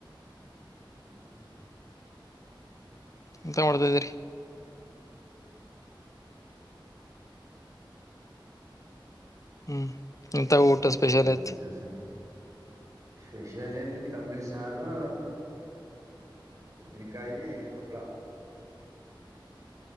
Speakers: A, on the right; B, on the left.
A: ಹ್ಮ್ ಹ್ಮ್
B: ಎಂತ ಮಾಡ್ತ್ದೀರಿ ಹ್ಮ್. ಇಂತ
A: ಹ
B: ಊಟ
A: ಸಷ
B: ಸ್ಪೆಷಲ್ ಐತ್
A: ದಸನ್ ಸ್ಪೆಷಾಲ ಏನ ತಂಬಳ ಸಾರು ಉಪ್ಪಿನಿಕಾಯಿ ಹಪ್ಪಳ